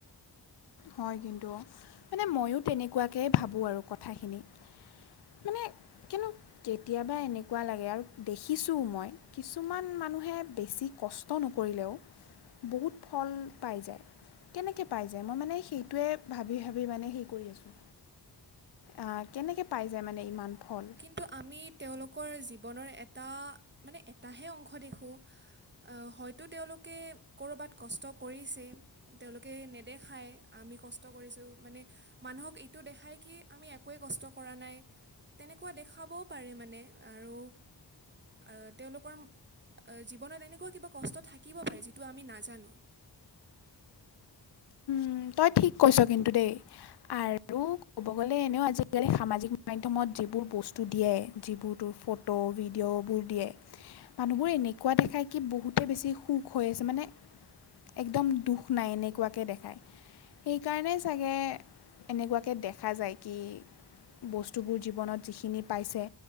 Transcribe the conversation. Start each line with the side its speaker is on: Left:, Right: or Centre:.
Left: হয় কিন্তু, মানে ময়ো তেনেকুৱা কেই ভাবোঁ আৰু কথাখিনি। মানে কিনো, কেতিয়াবা এনেকুৱা লাগে আৰু দেখিছোঁও মই কিছুমান মানুহে বেছি কষ্ট নকৰিলেও বহুত ফল পাই যায়। কেনেকৈ পাই যায় মই মানে সেইটোৱে ভাবি ভাবি মানে হেৰি কৰি আছোঁ। আহ কেনেকে পাই যায় মানে, ইমান ফল
Right: ত' আমি তেওঁলোকৰ জীৱনৰ এটা, মানে এটাহে অংশ দেখোঁ আ' হয়তো তেওঁলোকে ক'ৰবাত কষ্ট কৰিছে। তেওঁলোকে নেদেখায় আমি কষ্ট কৰিছোঁ মানে মানুহক এইটো দেখায় কি আমি একোৱেই কষ্ট কৰা নাই, তেনেকুৱা দেখাবও পাৰে মানে আৰু আ তেওঁলোকৰ, আ জীৱনত এনেকুৱা কিবা কষ্ট থাকিব পাৰে যিটো আমি নাজানো।
Left: উম, তই ঠিক কৈছ কিন্তু দেই, আৰু উ ক'ব গ'লে এনেও আজিকালি সামাজিক মধ্যমত যিবোৰ বস্তু দিয়ে, যিবোৰ তোৰ ফট ট ভিডিঅ'বোৰ দিয়ে। মানুহবোৰে এনেকুৱা দেখায় কি বহুতে বেছি সুখ হৈ আছে মানে একদম দুখ নাই এনেকুৱাকে দেখায়। সেইকাৰণে চাগে, এনেকুৱাকে দেখা যায় কি বস্তুবোৰ জীৱনত যিখিনি পাইছে